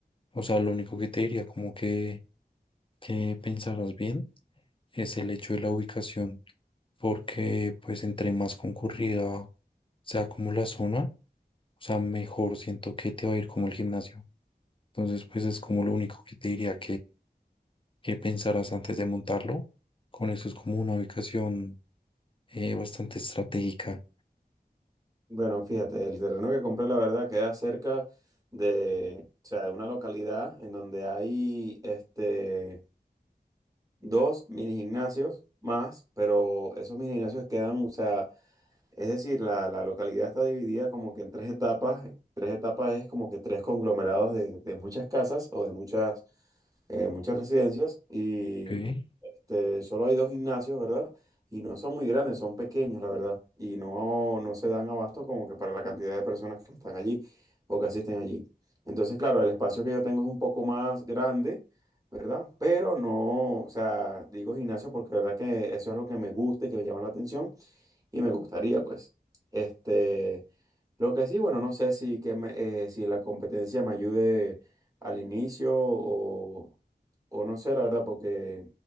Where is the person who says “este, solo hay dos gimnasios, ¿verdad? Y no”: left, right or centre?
Right